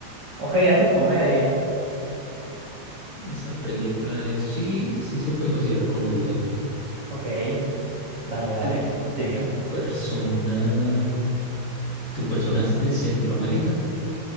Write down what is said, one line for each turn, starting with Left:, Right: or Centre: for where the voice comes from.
Right: Ok, hace comedia.
Left: Esa película es, sí, sí se puede considerar comedia.
Right: Ok, dale, dale,
Left: Tu,
Right: sigue.
Left: tu persona, tu persona es de Centroamérica,